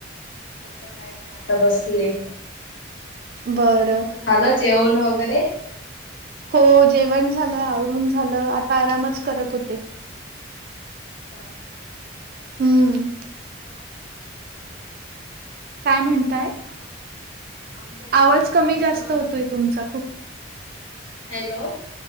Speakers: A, on the left; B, on the right.
A: आता काय ना आता बसले.
B: बरं.
A: तुमचं झालं जेवण वगैरे
B: हो जेवण झालं, आवरून झालं, आता आरामच करत होते.
A: अच्छा!
B: हम्म.
A: मग
B: काय म्हणताय?
A: मग आमच्या इकडे,
B: आवाज
A: म्हजें
B: कमी जास्त
A: असं
B: होतोय तुमचा खूप
A: हॅलो.